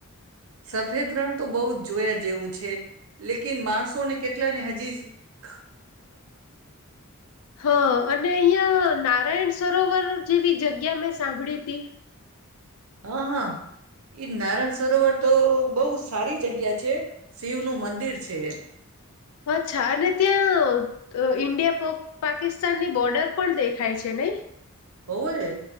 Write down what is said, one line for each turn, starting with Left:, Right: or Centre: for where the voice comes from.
Right: સફેદ ગ્રહણ તો બહુ જ. જોયા જેવું છે. લેકિન માણસોને કેટલા ને હજ <unintelligible>
Left: હા અને અહીંયા નારાયણ સરોવર જેવી જગ્યા મેં સાંભળી તી.
Right: હા હા. ઈ નારાયણ સરોવર તો બઉ સારી જગ્યા છે. શિવનું મંદિર છે એ.
Left: અચ્છા અને ત્યાં ઈન્ડિયા પ પાકિસ્તાનની બોર્ડર પણ દેખાય છે નઈ?
Right: હોવે,